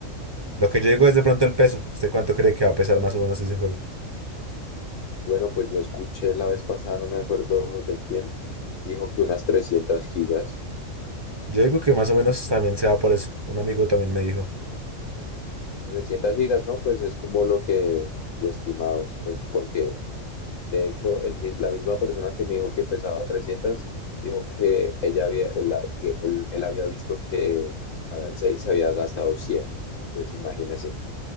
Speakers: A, on the right; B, on the left.
A: Lo que yo digo es de pronto el peso. ¿Usted cuánto cree que va a pesar más o menos ese juego?
B: Bueno, pues yo escuché la vez pasada, no me acuerdo de quién, dijo que unas 300 gigas.
A: Yo digo que más o menos también se va por eso. Un amigo también me dijo.
B: trescientas gigas, ¿no? Pues es como lo que lo estimado, pues porque de hecho el mi- la misma persona que me dijo que pesaba 300 dijo que ella había, él, la- que él- él había visto que para el 6 se había gastado cien Entonces imagínese,